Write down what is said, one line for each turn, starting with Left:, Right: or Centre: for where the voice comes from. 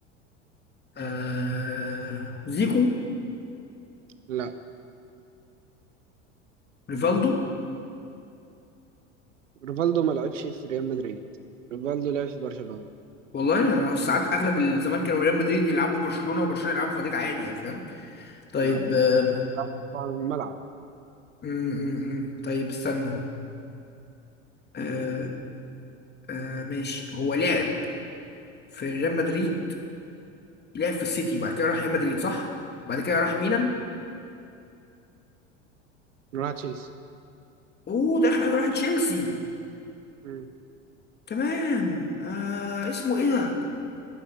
Left: آه... زيكو
Right: لا
Left: ريفالدو
Right: ريفالدو ما لعبش في ريال مدريد ريفالدو لعب في برشلونة
Left: والله انا ساعات اغلب الزمان كانوا ريال مدريد يلعبوا في برشلونة وبرشلونة يلعبوا في مدريد عادي يعني فاهم طيب
Right: لا
Left: آه...
Right: لعب في الملعب
Left: م -م -م. طيب استنى آه... آه... ماشي هو لعب في ريال مدريد لعب في السيتي وبعد كده راح ريال مدريد صح بعد كده راح ميلان
Right: راح تشيلسي
Left: اوه ده اخر حاجة راح تشيلسي
Right: مم.
Left: تمام آه... اسمه ايه ده